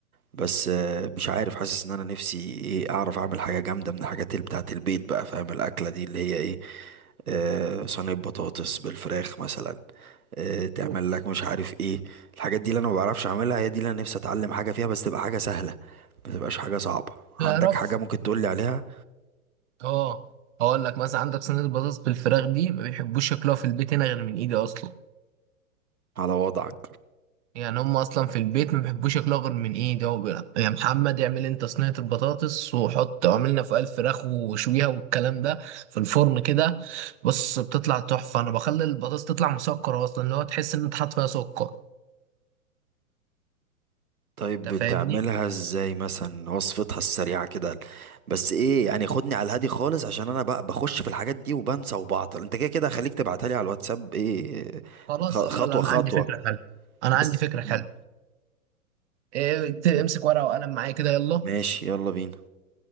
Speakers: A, on the right; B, on the right.
A: بس آه، مش عارف حاسس ان انا نفسي ايه اعرف اعمل حاجه جامده من الحاجات اللي بتاعت البيت بقى فاهم الاكله دي اللي هي ايه آه صينيه بطاطس بالفراخ مثلا آه تعمل
B: اوف
A: لك مش عارف ايه الحاجات دي اللي انا ما بعرفش اعملها هي دي اللي انا نفسي اتعلم حاجه فيها بس تبقى حاجه سهله ما تبقاش حاجه صعبه عندك
B: تعرف
A: حاجه ممكن تقولي عليها
B: اه هقول لك مثلا عندك صينيه البطاطس بالفراخ دي ما بيحبوش ياكلوها في البيت هنا غير من ايدي اصلا
A: على وضعك
B: يعني هم اصلا في البيت ما بيحبوش ياكلوها غير من ايدي هو بيقول لك، يا محمد اعمل انت صينيه البطاطس وحط اعملنا فوقها الفراخ وشويها والكلام ده في الفرن كده بص بتطلع تحفه انا بخلي البطاطس تطلع مسكره اصلا اللي هو تحس ان انت حاطط فيها سكر
A: طيب
B: انت
A: بتعملها
B: فاهمني
A: ازاي مثلا وصفتها السريعة كده بس ايه يعني خدني على الهادي خالص عشان انا بقى بخش في الحاجات دي وبنسى وبعطل انت كده كده خليك تبعتها لي على الواتساب ايه
B: خلاص
A: خ-
B: لا
A: خطوة
B: لا انا
A: خطوة
B: عندي فكره حلوه انا
A: بس
B: عندي فكره حلوه
A: مم.
B: إيه، امسك ورقه وقلم معايا كده يلا
A: ماشي يلا بينا